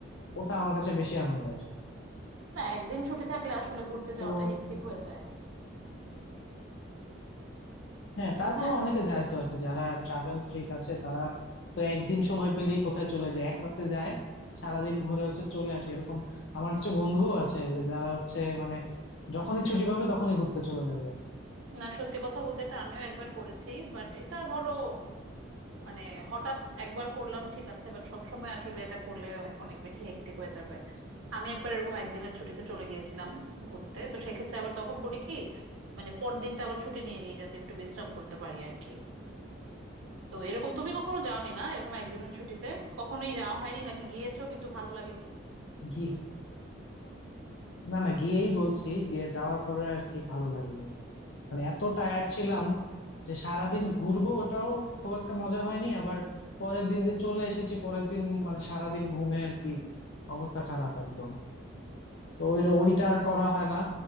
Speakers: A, on the left; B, on the right.
A: ওটা আমার কাছে বেশি আনন্দের
B: না একদিন ছুটি থাকলে আসলে ঘুরতে যাওয়াটা
A: তো
B: হেক্টিক হয়ে যায়
A: হ্যাঁ
B: তাই
A: তারপরে
B: না
A: অনেকে যায় তো আর কি যারা ট্রাভেল ফ্রিক আছে তারা তো একদিন সময় পেলেই কোথায় চলে যায় এক রাতে যায় সারাদিন ঘুরে হচ্ছে চলে আসে এরকম আমার কিছু বন্ধুও আছে যে যারা হচ্ছে মানে যখনই ছুটি পাবে তখনই ঘুরতে চলে যাবে
B: না সত্যি কথা বলতে এটা আমিও একবার করেছি বাট এটা ধরো মানে হঠাৎ একবার করলাম ঠিক আছে বাট সবসময় আসলে এটা করলে অনেক বেশি হেক্টিক হয়ে যাবে আমি একবার এরকম একদিনের ছুটিতে চলে গিয়েছিলাম ঘুরতে তো সেক্ষেত্রে আবার তখন করি কি মানে পরদিনটা আবার ছুটি নিয়ে নিই যাতে একটু বিশ্রাম করতে পারি আর কি তো এরকম তুমি কখনো যাওনি না এরকম একদিনের ছুটিতে কখনোই যাওয়া হয়নি নাকি গিয়েছো কিন্তু ভালো লাগেনি
A: গিয়ে না না গিয়েই বলছি গিয়ে যাওয়ার পরে আর কি ভালো লাগেনি মানে এত টায়ার্ড ছিলাম যে সারাদিন ঘুরবো ওটাও খুব একটা মজা হয়নি আবার পরের দিন যে চলে এসেছি পরের দিন মানে সারাদিন ঘুমে আর কি অবস্থা খারাপ একদম তো ওই ওইটা আর করা হয় না